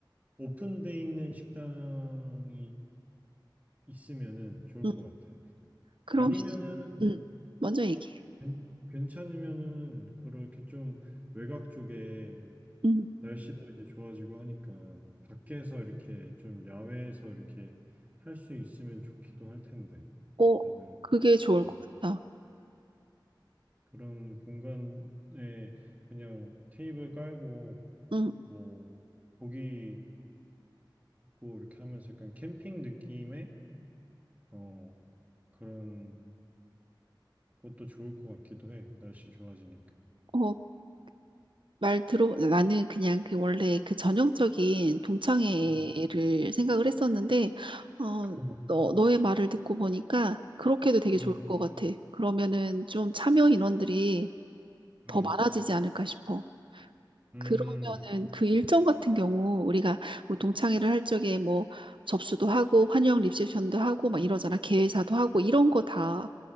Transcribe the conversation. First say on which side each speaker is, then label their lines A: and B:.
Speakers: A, on the right; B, on the right.
A: 오픈돼 있는 식당이 있으면은 좋을
B: 응.
A: 것 같아.
B: 그러면
A: 아니면은
B: 응 먼저 얘기해.
A: 괜- 괜찮으면은 그렇게 좀 외곽 쪽에
B: 응,
A: 날씨도 이제 좋아지고 하니까 밖에서 이렇게 좀 야외에서 이렇게 할 수 있으면 좋기도 할 텐데
B: 어
A: 다들
B: 그게 좋을
A: 어,
B: 것 같다.
A: 그런 공간에 그냥 테이블 깔고
B: 응,
A: 뭐 고기 굽고 이렇게 하면서 약간 캠핑 느낌의 어 그런 것도 좋을 것 같기도 해 날씨 좋아지니까.
B: 어 말 들어, 나는 그냥 그 원래 그 전형적인 동창회를
A: 음.
B: 생각을 했었는데, 어,
A: 어.
B: 너, 너의 말을 듣고 보니까 그렇게도 되게
A: 음.
B: 좋을 것 같아. 그러면은 좀 참여 인원들이
A: 음.
B: 더 많아지지 않을까 싶어.
A: 음.
B: 그러면은 그 일정 같은 경우 우리가 뭐 동창회를 할 적에 뭐 접수도 하고 환영 리셉션도 하고 막 이러잖아. 개회사도 하고 이런 거 다,